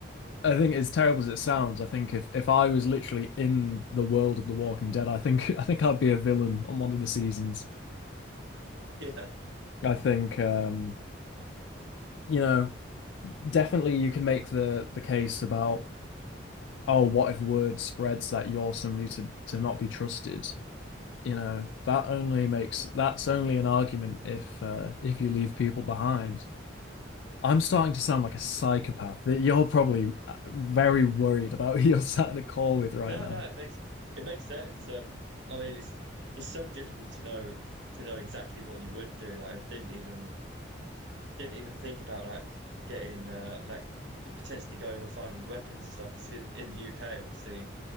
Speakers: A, on the left; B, on the right.
A: I think as terrible as it sounds, I think if if I was literally in the world of The Walking Dead, I think <laughs> I think I'd be a villain on one of the seasons.
B: Yeah.
A: I think um, you know definitely you can make the the case about oh what if word spreads that you're somebody to to not be trusted you know, that only makes that's only an argument if uh, if you leave people behind. I'm starting to sound like a psychopath that you're probably uh, very worried about <laughs> who you're sat in a call with right
B: No,
A: now.
B: no, it makes it makes sense. Um, I mean, it's it's so difficult to know to know exactly what you would do. Like, I didn't even didn't even think about like getting uh like potentially going and finding weapons and stuff because in in the UK, obviously